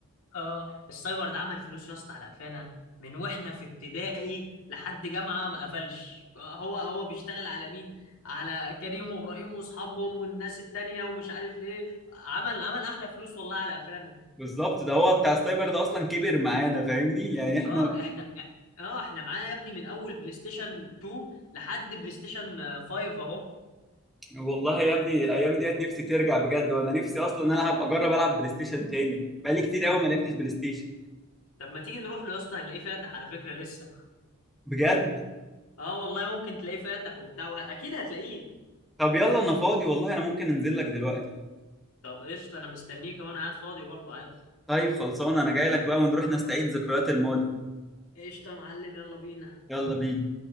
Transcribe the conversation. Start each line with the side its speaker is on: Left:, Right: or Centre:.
Left: اه السايبر ده عمل فلوس يا اسطى على قفانا من واحنا في ابتدائي لحد جامعه ما قفلش هو هو بيشتغل على مين على كريم وابراهيم واصحابهم والناس التانية ومش عارف ايه عمل عمل احلى فلوس والله على قفانا
Centre: بالظبط ده هو بتاع السايبر ده اصلا كبر معانا فاهمني يعني احنا
Left: اه احنا اه احنا معانا يا ابني من اول بلاي ستيشن 2 لحد بلاي ستيشن آه، 5 اهو
Centre: والله يا ابني الايام ديت نفسي ترجع بجد وانا نفسي اصلا العب اجرب العب بلاي ستيشن تاني بقالي كتير قوي
Left: اه
Centre: ما لعبتش بلاي ستيشن
Left: طب ما تيجي نروح له يا اسطى هنلاقيه فاتح على فكره لسه
Centre: بجد
Left: اه والله ممكن تلاقيه فاتح وبتاع وه- اكيد هتلاقيه
Centre: طب يلا انا فاضي والله انا ممكن انزل لك دلوقتي
Left: طب قشطه انا مستنيك وانا قاعد فاضي برضه عادي
Centre: طيب خلصان انا جاي لك بقى ونروح نستعيد ذكريات الماضي
Left: قشطة يا معلم يلا بينا
Centre: يلا بينا